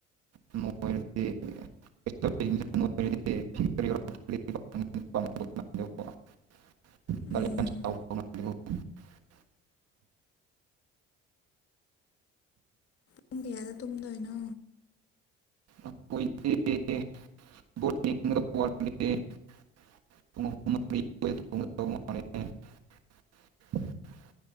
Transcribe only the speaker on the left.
ꯎꯝ ꯄꯨꯡ ꯀꯌꯥꯗ ꯇꯨꯝꯗꯣꯏꯅꯣ